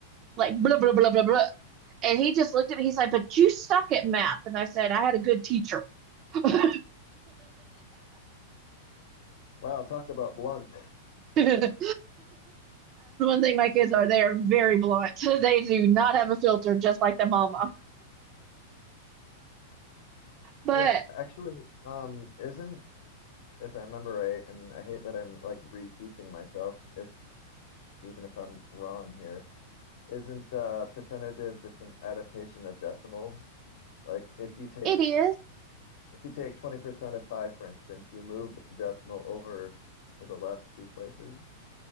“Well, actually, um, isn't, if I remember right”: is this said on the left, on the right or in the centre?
Left